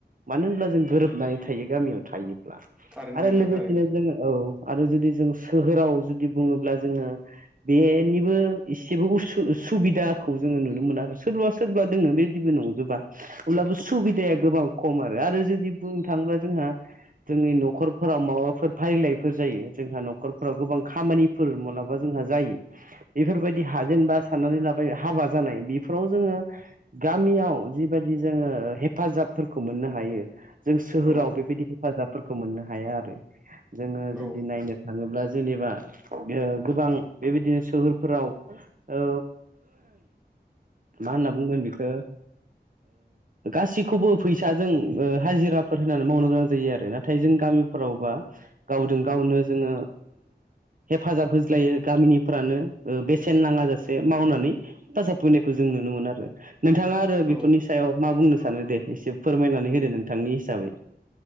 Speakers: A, on the right; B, in the centre.
A: मानो होनब्ला जों गोरोब नानै थायो गामियाव थायोब्ला
B: थारैनो
A: आरो
B: नोंथां
A: लोगोसेनो
B: थारैनो
A: जोङो औ आरो जुदि जों सोहोराव जुदि बुङोब्ला जोङो बेनिबो एसेबो उसु सुबिदाखौ जोङो नुनो मोनो आरो सोरबा सोरबा दोङो बेदिबो नंजोबा अब्लाबो सुबिदाया गोबां औ खम आरो आरो जुदि बुंनो थाङोब्ला जोंहा जोंनि न'खरफोराव माबाफोर फारिलाइफोर जायो जोंहा न'खरफोराव गोबां खामानिफोर मालाबा जोंहा जायो बेफोरबायदि हाजेनबा साननानै लाबाय हाबा जानाय बेफोराव जोङो गामियाव जिबायदि जोङो हेफाजाबफोरखौ मोननो हायो जों सोहोराव
B: औ
A: बेबायदि हेफाजाबफोरखौ मोननो हाया आरो जोङो
B: औ
A: जुदि नायनो थाङोब्ला जेनेबा गोबां गोबां बेबायदिनो सोहोरफोराव औ मा होनना बुंगोन बेखो गासैखौबो फैसाजों हाजिराफोर होनानै मावनो गोनां जायो आरो नाथाय जों गामिफोरावबा गावजों गावनो जोङो हेफाजाब होज्लायो गामिनिफ्रानो बेसेन नाङा जासे मावनानै हेफाजाब फैनायखौ जों नुनो मोन आरो नोंथाङा आरो
B: औ
A: बेफोरनि सायाव मा बुंनो सानो दे एसे फोरमायनानै होदो नों थांनि हिसाबै।